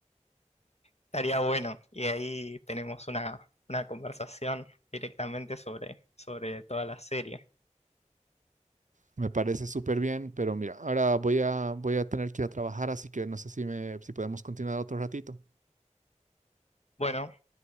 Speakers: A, on the left; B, on the right.
A: Estaría bueno. Y ahí tenemos una, una conversación directamente sobre, sobre toda la serie.
B: Me parece súper bien, pero mira, ahora voy a, voy a tener que ir a trabajar, así que no sé si, me, si podemos continuar otro ratito.
A: Bueno,